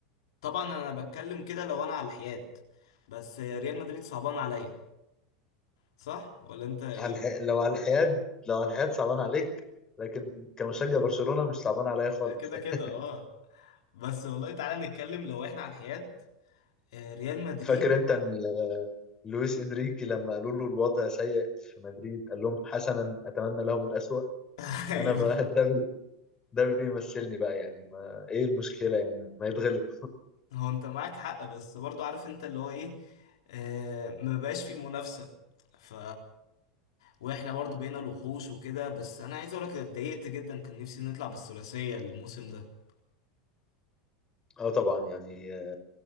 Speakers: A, on the left (about 75°); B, on the left (about 25°).
A: طبعا انا بتكلم كده لو انا على الحياد بس ريال مدريد صعبان عليا صح ولا انت ايه
B: على الح... لو على الحياد لو على الحياد صعبان عليك لكن كمشجع برشلونة مش صعبان عليا خالص
A: لا، كده
B: <laughs> يعني
A: كده اه بس والله تعالى نتكلم لو احنا على الحياد آه، ريال مدريد
B: فاكر انت ان لويس انريكي لما قالوا له الوضع سيء في مدريد قال لهم حسنا اتمنى لهم الأسوأ
A: <laughs> ايوه
B: انا بقى <laughs> ده بي- ده بيمثلني بقى يعني ما ايه المشكله يعني ما يتغلب
A: هو انت معاك حق بس برضو عارف انت اللي هو ايه آه ما بقاش في منافسة ف واحنا برضو بقينا الوحوش وكده بس انا عايز اقولك اتضايقت جدا كان نفسي نطلع بالثلاثية الموسم ده
B: اه طبعا يعني آه،